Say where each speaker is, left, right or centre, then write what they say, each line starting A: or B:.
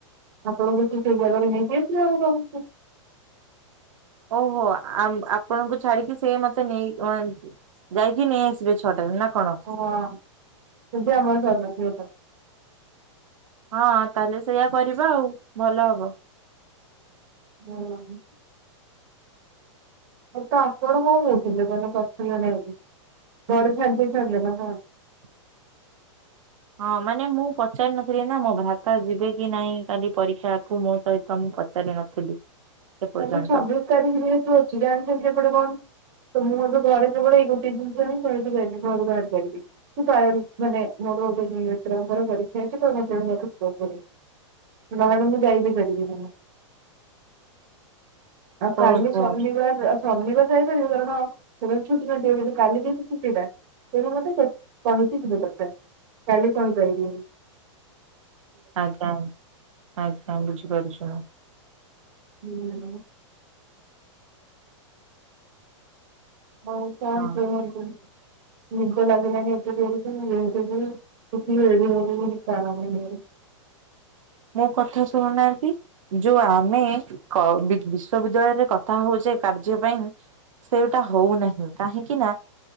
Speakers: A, on the right; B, on the right.
A: ଆପଣଙ୍କୁ ସେଇ ଜାଗାରେ ନେଇକି ଆଶିବ ବାବାକୁ।
B: ଓହୋ ଆପଣଙ୍କୁ ଛାଡିକି ସେ ମତେ ନେଇ ଯାଇକି ନେଇଆସିବେ ଛଟାରୁ ନା କଣ
A: ହଁ ପୂଜା ଆମର ସରିନଥିବ।
B: ହଁ ତାହେଲେ ସେଇଆ କରିବା ଆଉ ଭଲ ହବ।
A: <unintelligible> ମତେ ଆପଣ କଣ କହୁଥିଲେ ମାନେ ପଛେଇ ଗଲା ବୋଲି। ଘରେ ଛାଡି ଦଉଚ ନା କଣ?
B: <unintelligible> ହଁ ମାନେ ମୁଁ ପଚାରି ନଥିଲି ନା ମୋ ଭାଇ ଯିବେ କି ନାଇଁ। କାଲି ପରୀକ୍ଷା ଆଠୁ ମୋ ସହିତ ମୁଁ ପଚାରି ନଥିଲି। ଏପର୍ଯ୍ୟନ୍ତ।
A: ତାହେଲେ ଛବିଶି ତାରିଖ ଯେହେତୁ ଅଛି ଜାଣିଛନ୍ତିତି ଏପଟେ କଣ ତ ମୁଁ ଘରେ କେବଳ ଏଇ ଗୋଟେ ଜିନିଷ ହଁ କହିିକି ବାହାରିବି ଘରୁ ବାହାରି ପାରିବି ମାନେ ମୋର <unintelligible> ନାହେଲେ ମୁଁ ଯାଇ ବି ପାରିବିନି। <inaudible> ଆଉ କାଲି
B: ଓହୋ।
A: ଶନିବାର ଶନିବାର ଯାଇପାରିବିନି କାରଣ କେବେ ଛୁଟି ନଥିବ କିନ୍ତୁ କାଲି ଦେବେ ଛୁଟି ଟା। <unintelligible> କରଥା କାଲି କହିପାଇିବିନି।
B: <inaudible> ଆଜ୍ଞା ଆଜ୍ଞା ବୁଝିପାରୁଛୁ।
A: ହୁଁ। ହଉ କଣ
B: ହଁ
A: କୁହନ୍ତୁ? ନିଦ ଲାଗିଲାଣିି ଏତେ ଜୋରେ ଯେ ମୁଁ ବେହୋସ ହେଇଯିବି <unintelligible> <unintelligible>
B: ମୁଁ କଥା ଶୁଣୁନାହାନ୍ତି ଯୋଉ ଆମେ କ ବି ବିଶ୍ଵବିଦ୍ୟାଳୟରେ କଥା ହଉଚ କାର୍ଯ୍ୟ ପାଇଁ ସେଇଟା ହଉନାହିଁ କାହିଁକି ନା